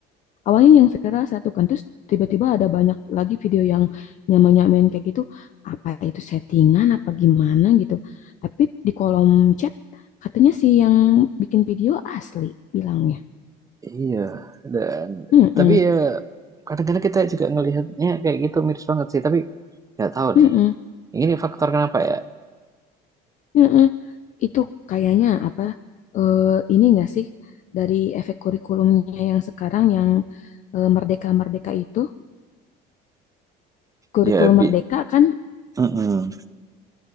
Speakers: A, on the left; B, on the right.
A: Awalnya yang viral satu kan, terus tiba-tiba ada banyak lagi video yang nyamain-nyamain kayak gitu. Apa itu settingan apa gimana gitu. Tapi di kolom chat katanya sih yang bikin video asli bilangnya.
B: Iya, dan
A: Mm-mm,
B: tapi ya kadang-kadang kita juga ngelihatnya kayak gitu miris banget sih, tapi nggak tahu
A: mm-mm,
B: nih, ini faktor kenapa ya?
A: mm-mm. Itu kayaknya apa? eh, ini enggak sih dari efek kurikulumnya yang sekarang yang eh, merdeka-merdeka itu, kurikulum
B: Ya bi
A: merdeka kan?
B: mhm.